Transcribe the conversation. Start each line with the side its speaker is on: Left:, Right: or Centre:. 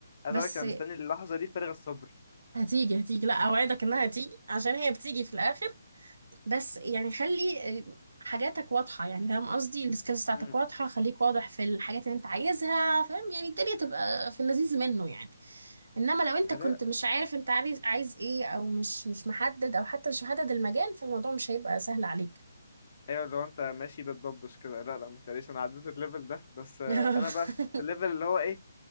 Left: عايز
Right: بس
Left: اقول لك انا مستني اللحظة دي فارغ الصبر
Right: هتيجي هتيجي لا اوعدك انها هتيجي عشان هي بتيجي في الاخر بس يعني خلي آه، حاجاتك واضحة يعني فاهم قصدي السكيلز بتاعتك
Left: مم.
Right: واضحة خليك واضح في الحاجات اللي انت عايزها فاهم يعني الدنيا تبقى
Left: مم.
Right: في اللذيذ منه يعني انما لو انت
Left: هذا
Right: كنت مش عارف انت عايز عايز ايه او مش مش محدد او حتى مش محدد المجال فالموضوع مش هيبقى سهل عليك
Left: ايوه لو انت ماشي بتضبش كده لا لا ما تقلقش انا عديت الليفل ده بس آه،
Right: <laughs>
Left: انا بقى في الليفل اللي هو ايه